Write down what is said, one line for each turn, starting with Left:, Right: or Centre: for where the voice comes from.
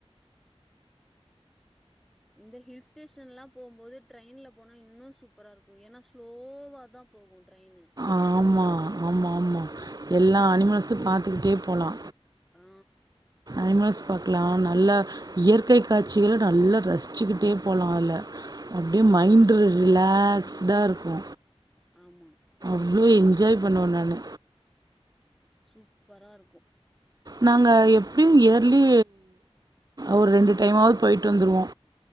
Centre: இந்த ஹில் ஸ்டேஷன்லா போம் போது ட்ரெயின்ல போனா இன்னு சூப்பரா இருக்கு ஏன்னா ஸ்லோவா தா போகு ட்ரெய்னு
Right: ஆமா, ஆமா, ஆமா. எல்லா அனிமல்ஸு பாத்துக்கிட்டே போலா
Centre: ஆ.
Right: அனிமல்ஸ் பாக்கலா நல்லா இயற்கை காட்சிகள் நல்லா ரசிச்சுக்கிட்டே போலா அல எப்பிடியு
Centre: ஆமா,
Right: மைண்ட் ரிலாக்ஸ்டா இருக்கு
Centre: ஆமா.
Right: இவ்ளோ என்ஜாய் பண்ணுவே நானு
Centre: சூப்பரா இருக்கு
Right: நாங்கள் எப்பிடியு இயர்லி ஒரு ரெண்டு டைமாது போயிட்டு வந்துருவோ